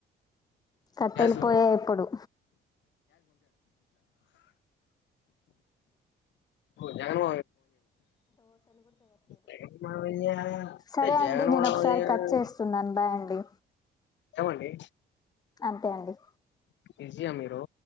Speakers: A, on the left; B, on the left.
A: కట్టెలి
B: గ్యాస్
A: పోయే ఇప్పుడు
B: జను జగన్మామయ్య
A: సరే అండి
B: జగన్మామయ్య
A: నేను ఒకసారి కట్ చేస్తున్నాను బాయ్ అండి
B: ఏమండి
A: అంతే అండి
B: ఇ్జయా మీరు